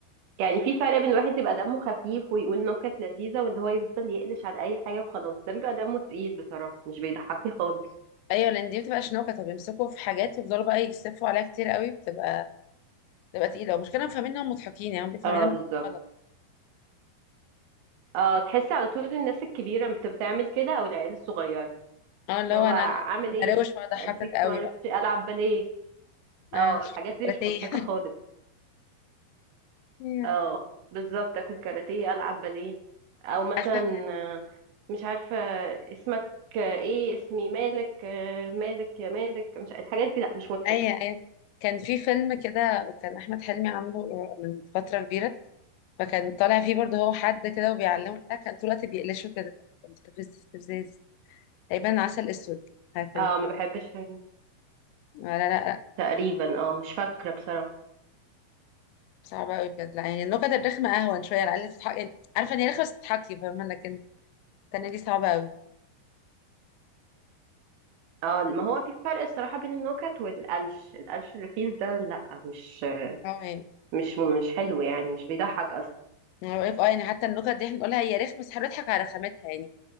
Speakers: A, on the right; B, on the left.
A: يعني في فرق بين واحد يبقى دمه خفيف ويقول نكت لذيذة واللي هو يفضل يقلش على أي حاجة وخلاص ده بيبقى دمه تقيل بصراحة مش بيضحكني خالص
B: ايوه لان دي بتبقى شنوكه طب يمسكوا في حاجات ويفضلوا بقى يسفوا عليها كتير قوي بتبقى بتبقى تقيله ومش كانوا فاهمين انهم مضحكين يعني هم بيفهمين
A: اه
B: إنهم
A: بالظبط اه تحسي على طول الناس الكبيرة بت- بتعمل كده أو العيال الصغيرة
B: اه اللي
A: اللي
B: هو
A: هو
B: انا انا
A: عامل
B: أنا
A: ايه
B: هروش واضحكك
A: أديك
B: قوي
A: معرفش
B: بقى
A: ألعب باليه اه
B: انا شفت
A: الحاجات دي
B: كاراتيه
A: مش مضحكة خالص
B: <laughs> أيوة.
A: اه بالظبط أكل كاراتيه ألعب باليه أو مثلا
B: عارفه كان
A: آه، مش عارفة اسمك آه، ايه اسمي مالك آه، مالك يا مالك مش الحاجات دي لأ مش مضحكة
B: ايوه ايوه كان في فيلم كده وكان احمد حلمي عامله من فتره كبيره فكان طالع فيه برضه هو حد كده وبيعلمه بتاع كان طول الوقت بيقلشه كده كان مستفز استفزاز تقريبا عسل اسود حاجه كده
A: اه ما بحبش
B: لا لا لا
A: تقريبا اه مش فاكرة بصراحة
B: صعبه قوي بجد لا يعني النكت الرخمه اهون شويه على الاقل تضحك يعني عارفه ان هي رخمه بس تضحكي فاهمه لكن التانيه دي صعبه قوي
A: اه ما هو في فرق الصراحة بين النكت والقلش القلش الرخيص ده لا مش
B: اه يعني
A: مش مش حلو يعني مش بيضحك اصلا
B: انا بقول لك اه يعني حتى النكت دي احنا بنقولها هي رخمه بس احنا بنضحك على رخامتها يعني